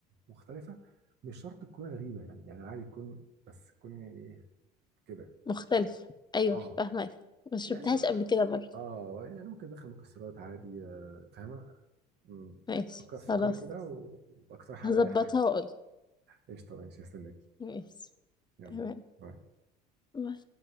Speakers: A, on the right; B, on the left.
A: ومختلفة مش شرط تكون غريبة يعني يعني عادي تكون بس تكون يعني ايه كده
B: مختلف
A: ممكن
B: ايوه
A: اه
B: فاهمك ما شربتهاش
A: يعني
B: قبل كده برضه
A: اه يعني ممكن ندخل مكسرات عادي آه، فاهمة مم.
B: ماشي
A: فكر- فكري
B: خلاص
A: كده و- واقترحي
B: هظبطها
A: عليا حاجة
B: واقول
A: قشطة ماشي هستناكي
B: ماشي
A: يلا
B: تمام
A: باي
B: باي.